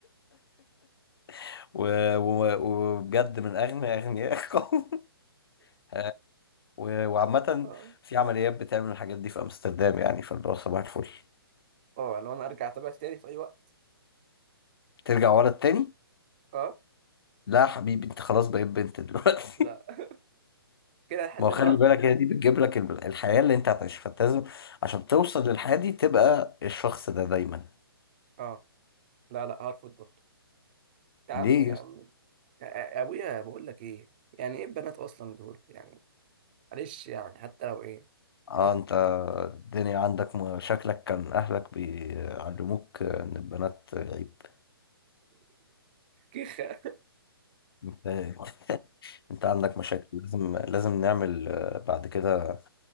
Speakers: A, on the left; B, on the right.
A: <laughs> و... و... وبجد من اغنى اغنياء القوم <laughs> آه، و... وعامة
B: اه
A: في عمليات بتعمل الحاجات دي في امستردام يعني فاللي هو صباح الفل
B: اه لو انا ارجع اتابع تاني في اي وقت
A: ترجع ورا التاني
B: اه
A: لا يا حبيبي انت خلاص بقيت بنت دلوقتي
B: لا <laughs> كده الحالتين
A: ما هو خلي
B: هرفض
A: بالك هي دي بتجيب لك ال- الحياة اللي انت هتعيشها فانت لازم عشان توصل للحياة دي تبقى الشخص ده دايما
B: اه لا لا هرفض برضه يا عم
A: ليه
B: يا
A: يس-
B: عم يا- يا ابويا بقول لك ايه يعني ايه البنات اصلا دول يعني معلش يعني حتى لو ايه
A: اه
B: لو
A: انت
B: <laughs>
A: الدنيا عندك م- شكلك كان اهلك بيعلموك ان البنات عيب
B: كيخه
A: انت <laughs> انت عندك مشاكل لازم لازم نعمل آه، بعد كده